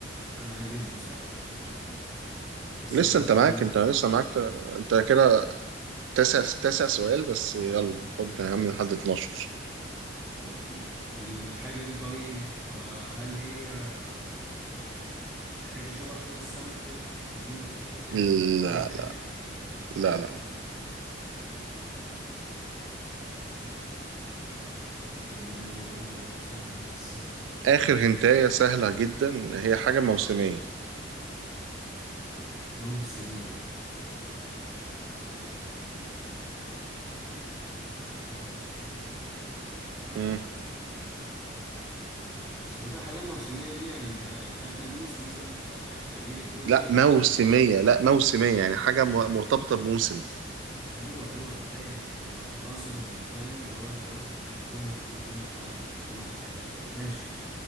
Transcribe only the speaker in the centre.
أنا عاجز بصراحة أهو بس
لا
دي
مش
أوكي الحاجة دي طيب آه، هل هي حاجة شبه حوض السمك كده زينة في الحتة
دي في الاتجاه ده يعني
بصراحة كان في دماغي برضو ساعة بس معرفش
ليه.
اه موسمية موسمية
بس فاكر حاجة موسمية دي يعني مش عا- بتاعت ناموس مثلا ف... فدي إلكترونية
أيوة أيوة أنا فاهم أنا كنت أقصد ال- فاهم اللي هو أنت قلت في البلكونة ممكن تكون نعلقها في البلكونة الحاجة بتاع ماشي